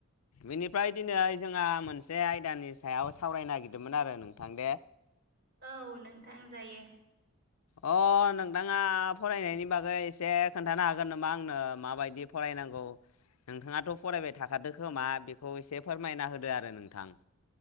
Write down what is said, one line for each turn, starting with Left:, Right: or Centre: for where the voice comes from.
Left: बेनिफ्राय दिनै जोंहा मोन बे आयदानि सायाव सावरायनो नागिरदोंमोन आरो नोंथां दे।
Right: औ नोंथां जायो।
Left: अ नोंथाङा फरायनायनि बागै एसे खोन्थानो हागोन नामा आंनो माबायदि फराय नांगौ नोंथाङाथ' फरायबाय थाखादो खोमा बेखौ एसे फोरमायना होदो आरो नोंथां।